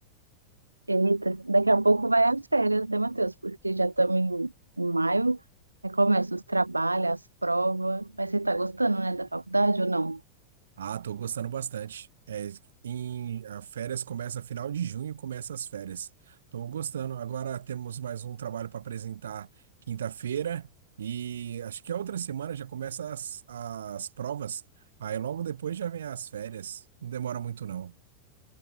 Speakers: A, on the right; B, on the right.
A: Eita, daqui a pouco vai as férias, né, Matheus? Porque já estamos em, em maio, aí começa os trabalhos, as provas. Mas você tá gostando, né, da faculdade ou não?
B: Ah, tô gostando bastante. É, em, a férias começa final de junho, começa as férias. Tô gostando. Agora temos mais um trabalho para apresentar quinta-feira e acho que a outra semana já começa as, as provas. Aí logo depois já vem as férias. Não demora muito não.